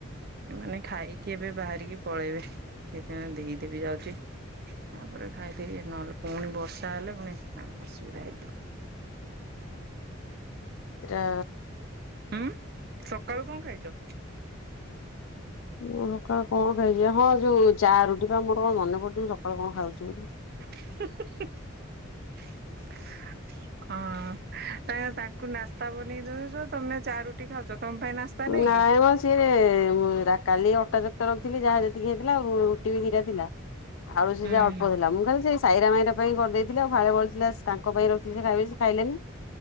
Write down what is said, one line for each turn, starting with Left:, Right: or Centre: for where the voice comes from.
Right: ମାନେ ଖାଇକି ଏବେ ବାହାର୍ଭି କି ପଳେଇବେ ସେଇଥି ପାଇଁ ଦେଇଦେବି ଯାଉଛି। ତାପରେ ଖାଇଦେଇ ନହେଲେ ପୁଣି ବର୍ଷା ହେଲେ ପୁଣି ଅସୁବିଧା ହେଇଯିବ।
Left: ରା
Right: ହୁଁ ଉଁ ସକାଳୁ କଣ ଖାଇଛ?
Left: ମୁଁ ସକାଳୁ କଣ ଖାଇଛି ହଁ ଯୋଉ ଚା ରୁଟି ପା ମୋର କଣ ମନେ ପଡୁଛି। ମୁଁ ସକାଳୁ କଣ ଖାଉଛି ବୋଲି।
Right: <inaudible> ହଁ କାଇଁ ନା ତାଙ୍କୁ ନାସ୍ତା ବନେଇ ଦଉଛ ତମେ ଚା ରୁଟି ଖାଉଛ। ତମ ପାଇଁ ନାସ୍ତା
Left: ନାଇଁ
Right: କି?
Left: ମ ସିଏ ଉ କାଲି ଅଟା ଚାରିଟା ରଖିଥିଲି ଯାହା ଯେତିକି ହେଇଥିଲା ଆଉ ରୁଟି ବି ଦିଟା ଥିଲା। ଆଳୁ ସିଜା
Right: ହୁଁ
Left: ଅଳ୍ପ ଥିଲା। ମୁଁ ଖାଲି ସେ ସାଇରା ମାଇରା ପାଇଁ କରିଦେଇଥିଳି। ଆଉ ଫାଳେ ବଳିଥିଲା ତାଙ୍କ ପାଇଁ ରଖିଥିଲି ସେ ଖାଇବେ ସେ ଖାଇଲେନି।